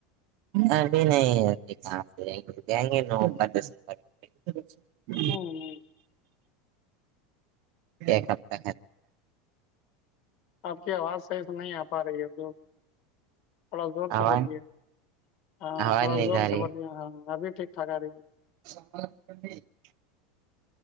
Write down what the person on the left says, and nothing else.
نہیں نہیں
آپ کی آواز صحیح سے نہیں آ پا رہی ہے ا تھوڑا زور سے
بولیے ہاں
تھوڑا
زور
سے بلیے ہاں ابھی ٹھیک ٹھاک آ رہی ہے